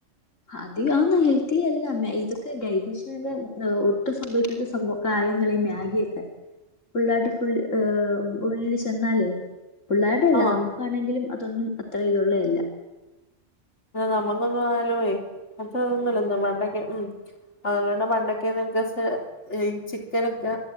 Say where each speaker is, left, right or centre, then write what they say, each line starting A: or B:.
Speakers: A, on the left; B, on the left.
A: അതികാന്ന് ഹെൽത്തി അല്ല മേയ് ഇതൊക്കെ ഡൈജിഷ <unintelligible> ഒട്ടും സംഭാവിക്കാത്ത സംഭവ കാര്യങ്ങളാ ഈ മാഗിയൊക്കെ പുള്ളേര്ടെ ഫുൾ ഉള്ളില് ചെന്നാലേ പിള്ളേടെ അല്ല
B: ആഹ്
A: നമ്മക്കാണെങ്കിലും അതൊന്നും അത്ര ഇത് ഒള്ളാ അല്ലാ
B: നമ്മങ്ങൊന്നും ആയാലും യെ <unintelligible> <unintelligible>
A: ഉം
B: പണ്ടൊക്കെന്ന് <unintelligible> ചിക്കനൊക്കെ